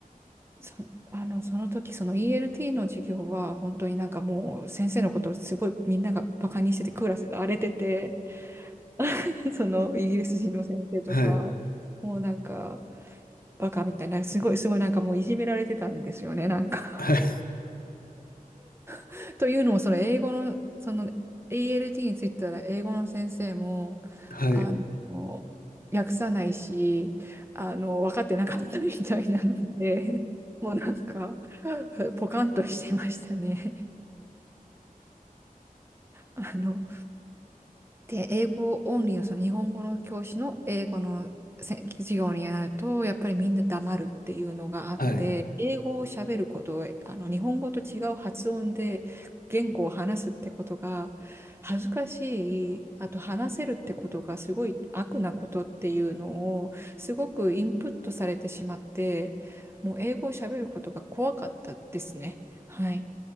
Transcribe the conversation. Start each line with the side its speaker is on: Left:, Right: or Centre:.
Right: そ、あの、その時、その ELT の授業は、本当になんかもう、先生のことをすごいみんながバカにしてて、クラスが荒れてて、<laughs> そのイギリス人の先生とか、
Left: はい。
Right: もうなんか、バカみたいな、すごい、すごいなんかもういじめられてたんですよね、なんか
Left: はい。
Right: <laughs> というのも、その英語の、その ALT についてたら、英語の先生も、
Left: はい。
Right: あの、訳さないし、あの、分かってなかったみたいなので、もうなんか、ポカンとしてましたね。あの、で、英語オンリーの、その日本語の教師の英語のせ授業になると、やっぱりみんな黙るっていうのがあって、
Left: はい。
Right: 英語を喋ること、あの、日本語と違う発音で言語を話すってことが恥ずかしい、あと話せるってことがすごい悪なことっていうのを、すごくインプットされてしまって、もう英語を喋ることが怖かったですね。はい。